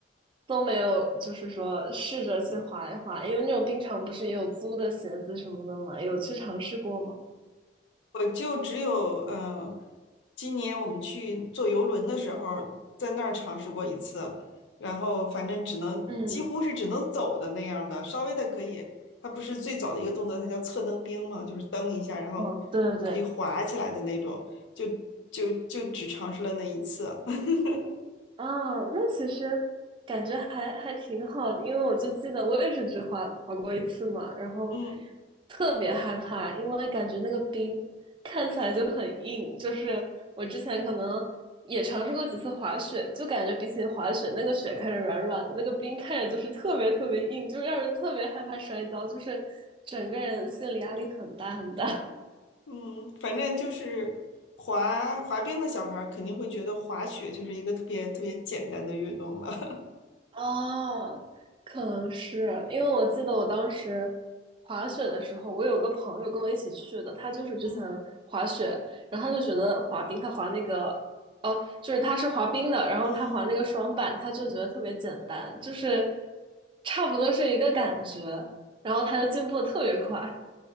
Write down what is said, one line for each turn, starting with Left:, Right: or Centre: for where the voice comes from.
Right: 都没有，就是说试着去滑一滑，因为那种冰场不是也有租的鞋子什么的嘛，有去尝试过吗？
Left: 我就只有嗯，今年我们去坐游轮的时候，在那儿尝试过一次，然后反正只能几乎是只能走的那样的，
Right: 嗯，
Left: 稍微的可以。它不是最早的一个动作，它叫侧蹬冰嘛，就是蹬一下，然后
Right: 哦，对对对，
Left: 可以滑起来的那种，就就就只尝试了那一次。<laughs>
Right: 啊，那其实感觉还还挺好的，因为我就记得我也是只滑滑过一次嘛，然后
Left: 嗯
Right: 特别害怕，因为感觉那个冰看起来就很硬，就是我之前可能也尝试过几次滑雪，就感觉比起滑雪，那个雪看着软软的，那个冰看着就是特别特别硬，就让人特别害怕摔跤，就是整个人心理压力很大很大。
Left: 嗯，反正就是滑滑冰的小孩儿肯定会觉得滑雪就是一个特别特别简单的运动了。
Right: 哦，可能是因为我记得我当时滑雪的时候，我有个朋友跟我一起去的，他就是之前滑雪，
Left: <laughs> 嗯
Right: 然后他就觉得滑冰，他滑那个，哦，就是他是滑冰的，然后他滑那个双板，
Left: 嗯。
Right: 他就觉得特别简单，就是差不多是一个感觉，然后他就进步的特别快。